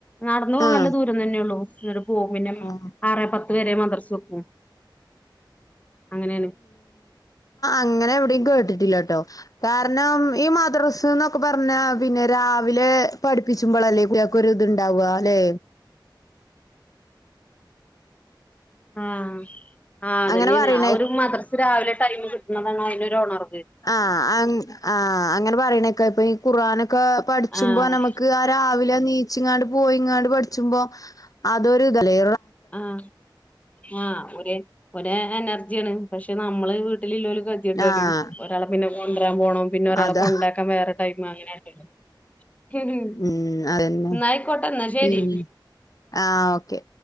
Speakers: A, on the left; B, on the left.
A: നടന്നു പോകേണ്ട
B: ആഹ്
A: ദൂരം തന്നെയെയുള്ളൂ പോകും പിന്നെ
B: ആഹ്
A: ആറെ പത്ത് പത്തു വരെ മദ്രസ്സെക്കും അങ്ങനെ
B: അങ്ങനെ എവിടെ കേട്ടിട്ടില്ല കേട്ടോ കാര കാരണം ഈ മദ്രസ് എന്നൊക്കെ പറഞ്ഞ പിന്നെ രാവിലെ പഠിപ്പിച്ചുമ്പോളല്ലേ ഈറ്റിയകൾക്കൊക്കെ ഒരു ഇത്ണ്ടാവുക അല്ലെ
A: ആഹ് ആഹ് അതന്നെയാണ്
B: അങ്ങനെ പറയണേക്കാലോ
A: ആ ഒരു മദ്രസ്സ രാവിലെ ടൈം കിട്ടുന്നതാണ് അതിനൊരു ഉണർവ്
B: ആഹ് ആഹ് അങ്ങനെ പറയണ ഒക്കെ ഇപ്പൊ ഈ ഖുആൻൊക്കെ പഠിച്ചുമ്പോ
A: ആഹ്
B: നമ്മക്ക് ആഹ് രാവിലെണീച്ചിങ്ങാണ്ട് പോയിങ്ങാണ്ട് പഠിച്ചുമ്പോ അതൊരു ഇതല്ലേ
A: ആഹ് ആഹ് ഒരു ഒരെനർജിയാണ് പക്ഷെ നമ്മള് വീട്ടിലില്ലോല് ഗതികെട്ടൊരു
B: ആഹ്
A: ഒരാളെ പിന്നെ കൊണ്ടുവരാൻ പോണം പിന്നെരാള
B: അതാ
A: കൊണ്ടാക്കാ വേറെ ടൈമ് അങ്ങനെളളത് ഉം
B: ഉം അതന്നെ
A: ന്നായക്കോട്ട ന്നാശെരി
B: ഇനി ആഹ് ഓക്കെ